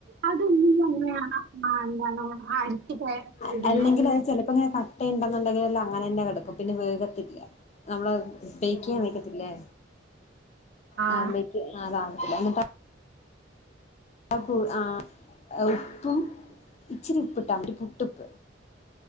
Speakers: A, on the right; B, on the left.
A: അതൊന്നും തന്നെ എന്താണ് അരച്ച്
B: അൽ
A: ഇടുന്നെ
B: അല്ലെങ്കിലത് ചെലപ്പ ഇങ്ങനെ കട്ടയുണ്ടെന്നുണ്ടെങ്കിലല്ലാ അങ്ങനെ തന്നെ കെടക്കും പിന്നെ വേഗത്ത് പറ്റില്ല്യാ നമ്മളത് പേയ്ക്ക്യാൻ വക്കത്തില്ലേ
A: ആഹ്
B: ആ ബെയ്ക്ക് അതാവത്തില്ല എന്ന് പ ആഹ് പൂ ആഹ് ഉപ്പും ഇച്ചിരി ഉപ്പ് ഇട്ടാ മതി പുട്ടുപ്പ്